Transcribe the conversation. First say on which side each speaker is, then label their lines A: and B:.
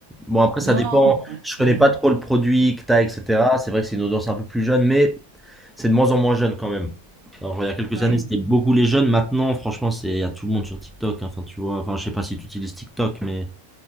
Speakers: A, in the centre; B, on the right.
A: Bon, après, ça
B: Non,
A: dépend.
B: ouais,
A: Je connais
B: ouais.
A: pas trop le produit que t'as, etc. C'est vrai que c'est une audience un peu plus jeune, mais c'est de moins en moins jeune quand même. Alors, il y a quelques
B: Ouais,
A: années, c'était beaucoup les jeunes. Maintenant, franchement, c'est à tout le monde sur TikTok. hein. Enfin, tu vois, enfin, je sais pas si tu utilises TikTok, mais